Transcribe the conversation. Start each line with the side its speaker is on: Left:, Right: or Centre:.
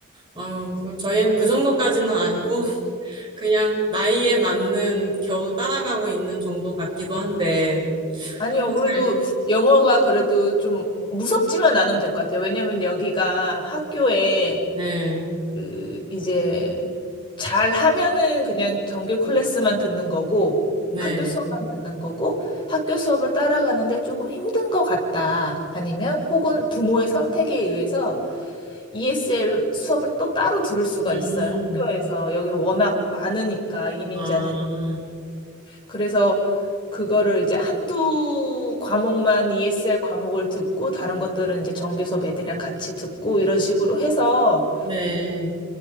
Right: 아유, 그 저희는 그 정도까지는 아니고, 그냥 나이에 맞는 겨우 따라가고 있는 정도 같기도 한데,
Left: 아니요,
Right: 갖고
Left: 그래도
Right: 잘,
Left: 영어가 그래도 좀 무섭지만 않으면 될 것 같아요. 왜냐면 여기가 학교에
Right: 네,
Left: 그 이제 잘 하면은 그냥 정규 클래스만 듣는 거고
Right: 네.
Left: 학교 수업만 듣는 거고 학교 수업을 따라가는데 조금 힘든 것 같다. 아니면 혹은 부모의 선택에 의해서 ESL 수업을 또 따로 들을 수가
Right: 음,
Left: 있어요. 학교에서. 여기는 워낙 많으니까 이민자들이.
Right: 아,
Left: 그래서 그거를 이제 한두 과목만 ESL 과목을 듣고 다른 것들은 이제 정규 수업 애들이랑 같이 듣고 이런 식으로 해서
Right: 네.